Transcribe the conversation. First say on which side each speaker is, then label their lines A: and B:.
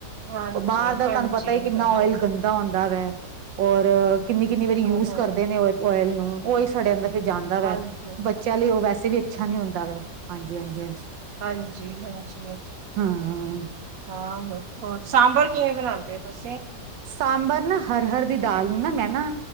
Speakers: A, on the right; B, on the right.
A: ਹਾਂਜੀ
B: <unintelligible> ਬਾਹਰ ਦਾ
A: ਹਾਂਜੀ ਹਾਂਜੀ
B: ਤੁਹਾਨੂੰ ਪਤਾ ਈ ਕਿੰਨਾ
A: ਹਾਂਜੀ
B: ਓਇਲ ਗੰਦਾ ਹੁੰਦਾ ਵੈ ਔਰ। ਕਿੰਨੀ ਕਿੰਨੀ ਵਾਰੀ
A: ਹਾਂ
B: ਯੂਜ
A: ਹਾਂ
B: ਕਰਦੇ
A: ਹਾਂ
B: ਨੇ, ਓਇਲ ਨੂੰ ਉਹੀ ਸਾਡੇ ਅੰਦਰ ਫਿਰ ਜਾਂਦਾ ਵੈ,
A: ਹਾਂਜੀ,
B: ਬੱਚਿਆਂ ਲਈ ਉਹ ਵੈਸੇ ਵੀ ਅੱਛਾ ਨੀ ਹੁੰਦਾ ਵੈ, ਹਾਂਜੀ, ਹਾਂਜੀ।
A: ਹਾਂਜੀ <unintelligible>
B: ਹੂੰ ਅ।
A: ਆਹ, ਹੋਰ, ਸਾਂਬਰ ਕਿਵੇਂ ਬਣਾਉਦੇ ਤੁਸੀਂ।
B: ਸਾਂਬਰ ਨਾ ਹਰ ਹਰ ਦੀ ਦਾਲ ਨੂੰ ਨਾ ਮੈਂ ਨਾ।